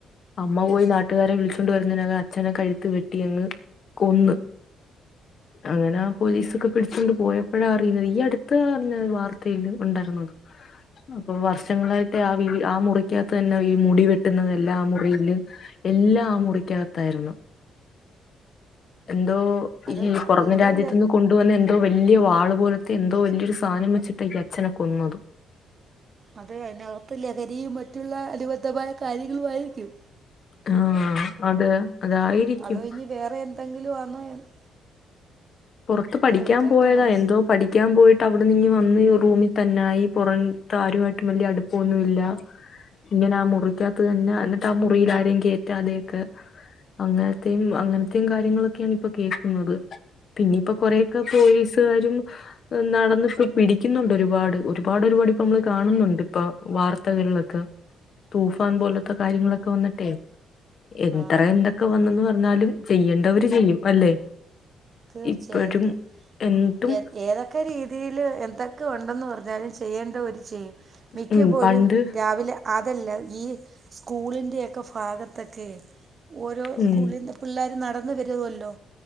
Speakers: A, on the left; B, on the right.
A: അമ്മ പോയി നാട്ടുകാരെ വിളിച്ചൊണ്ട് വരുന്നതിനകം അച്ഛനെ കഴുത്ത് വെട്ടിയ അങ്ങ് കൊന്ന് അങ്ങനെ ആ പോലീസ ഒക്കെ പിടിച്ചുകൊണ്ട് പോയ അപ്പഴാ അറിയ്ന്നത് ഈ അട്ത്ത് പർഞ്ഞ വാർത്തയില്ല് ഉണ്ടായ്രുന്നുന്ന് അപ്പം വർഷങ്ങളായിട്ട് ആ വീട് ആ മുറിക്കകത്ത് തന്നെ ഈ മുടി വെട്ടുന്നതെല്ലാം ആ മുറിയില് എല്ലാം ആ മുറിക്കകത്തായിരുന്നു എന്തോ
B: അത്
A: ഈ പൊറങ്ങ്
B: എന്തോ
A: രാജ്യത്തിന്ന്
B: ലെ
A: കൊണ്ട് കൊണ്ട്‌ വന്ന എന്തോ വല്ല്യ വാള് പോലത്തെ എന്തോ വല്യരു സാനം വെച്ചിട്ട ഈ അഛനെ കൊന്നത്
B: അത് അയ്നകത്ത് ലഹരിയും മറ്റുള്ള അനുബദ്ധമായ കാര്യങ്ങളുമായിരിക്കും
A: ആ അതെ അതായിരിക്ക്യും
B: അതോ ഇനി വേറെ എന്തെങ്കിലു ആന്നോ എന്ന്
A: പുറത്ത് പഠിക്ക്യാൻ
B: ഇവരെയൊക്കെ
A: പോയതാ
B: മനസ്സ്
A: എന്തോ പഠിക് ഠിക്ക്യാൻ പോയിട്ട് അവ്ട്ന്നിങ്ങ് വന്ന് റൂമിൽ തന്നായി പുറൻത്ത് ആരുമായിട്ടും വല്യ അടുപ്പൊന്നു ഇല്ല ഇങ്ങനെ ആ മുറിക്കകത്ത് തന്നെ എന്നിട്ട് ആ മുറിയിൽ ആരേം കേറ്റാതെയൊക്കേ അങ്ങനത്തെയും അങ്ങനത്തെയും കാര്യങ്ങളൊക്കെയാണ് ഇപ്പോ കേക്കുന്നത് പിന്നെ ഇപ്പ കൊറേയെക്കെ പോലീസുകാരും ഉം നടന്നിപ്പ പിടിക്ക്യന്നൊണ്ടൊരുപാട് ഒരുപാട് ഒരുപാട് ഇപ്പ മ്മ്ള് കാണുന്നുണ്ട് ഇപ്പ വാർത്തകൾലൊക്ക തൂഫാൻ പോലൊത്ത കാര്യങ്ങളൊക്കെ വന്നിട്ടെയ് എത്ര
B: ആ
A: എന്തൊക് ഒക്കെ വന്നന്ന് പറഞ്ഞാലും ചെയ്യണ്ടവര് ചെയ്യും അല്ലെ
B: തീർച്ചയായിട്ടും
A: ഇപ്പോഴും എന്നിട്ടും
B: ഏത് ഏതൊക്ക രീതിയില് എന്തക്ക ഒണ്ടന്ന് പറഞ്ഞാലും ചെയ്യേണ്ടവര് ചെയ്യും മിക്കപ്പോഴും
A: ഉം പണ്ട്
B: രാവിലെ അതല്ല ഈ സ്കൂളിൻ്റയെക്കെ ഭാഗത്തൊക്കെ ഓരോ
A: ഉം
B: സ്കൂളിൻ്റെ പിള്ളേര് നടന്ന് വരുവല്ലോ